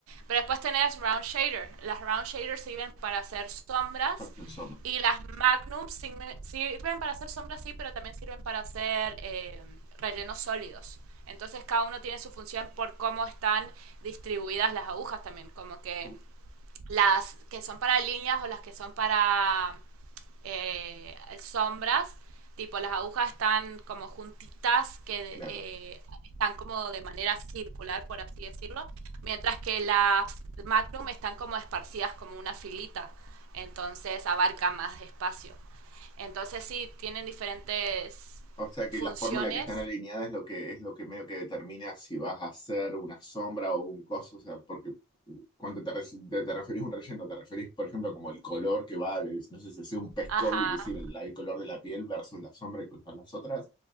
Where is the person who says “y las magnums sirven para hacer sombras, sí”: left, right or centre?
Right